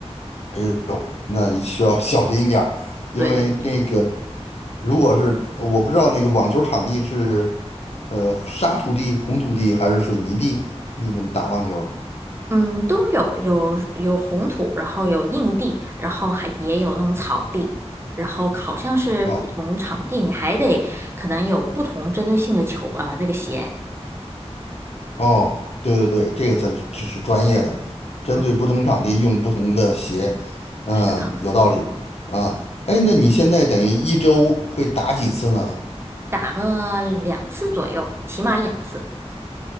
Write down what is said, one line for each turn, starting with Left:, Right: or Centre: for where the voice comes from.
Left: 哎呦，那你需要 <laughs> 小心一点儿，因为那个
Right: 对对对，
Left: 如果是我不知道那个网球场地是呃沙土地、红土地还是水泥地，你们打网球
Right: 嗯，都有，有有红土，然后有硬地，然后还也有那种草地，然后好像是不同场地，
Left: 哦
Right: 你还得可能有不同针对性的球，呃，那个鞋。
Left: 哦，对对对，这个才是这是专业的，针对不同场地用不同的鞋，
Right: 嗯，
Left: 嗯、
Right: 是的，
Left: 有道理啊。哎，那你现在等于一周会打几次呢？
Right: 打个两次左右，起码两次。